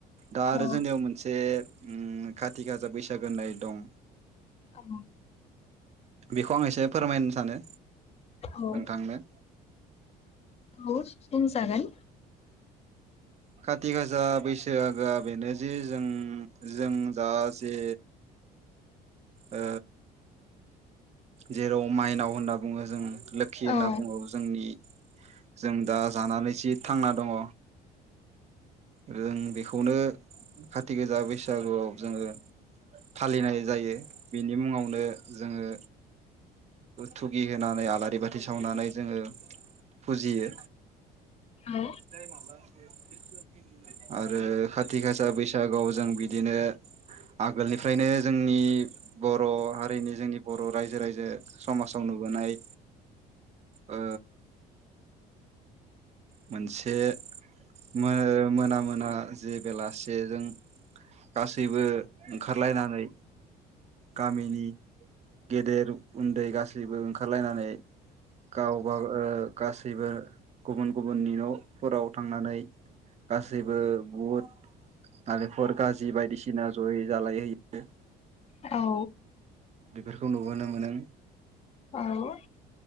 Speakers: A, on the right; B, on the left.
A: दा आरो
B: औ
A: जोंनियाव मोनसे उम खाथि खाजा बैसागो होननाय दं
B: औ
A: बेखौ आं एसे फोरमायनो सानो
B: औ
A: आं थांनो
B: औ बुं जागोन
A: खाथि गासा बैसागोआ बेनो जि जों जों दा जे ओ जेराव माइनाव होनना बुङो जों लोखि होनना
B: औ
A: बुङो जोंनि जों दा जानानै जि थांना दङ जों बेखौनो खाथि गोजा बैसागुआव जोङो फालिनाय जायो बिनि मुङावनो जोङो थुगि होनानै आलारि बाथि सावनानै जोङो फुजियो
B: औ
A: दाय माब <inaudible> आरो खाथि गासा बैसागोआव जों बिदिनो आगोलनिफ्रायनो जोंनि बर' हारिनि जोंनि बर' रायजो राजा समाजाव नुबोनाय ओ मोनसे मोन मोना मोना जे बेलासेजों गासैबो ओंखारलायनानै गामिनि गेदेर उन्दै गासैबो ओंखारलायनानै गावबाग गासैबो गुबुन गुबुननि न'फोराव थांनानै गासैबो बुट नालेंख गाजि बायदिसिना जयै जालायहैयो
B: औ
A: बेफोरखौ नुबोनो मोनो
B: औ